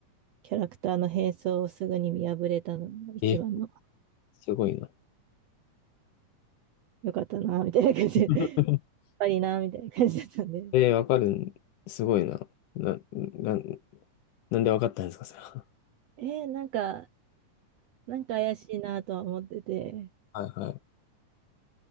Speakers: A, on the right; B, on the left.
A: キャラクターの変装をすぐに見破れたのが一番の
B: え、すごいな。
A: 良かったな、みたいな感じで、
B: <laughs>
A: <laughs> やっぱりな、みたいな感じだったんで、
B: えー、わかるん、すごいな。な、な、なんでわかったんですか、それは。
A: えーなんか、なんか怪しいなとは思ってて、
B: <laughs> はいはい。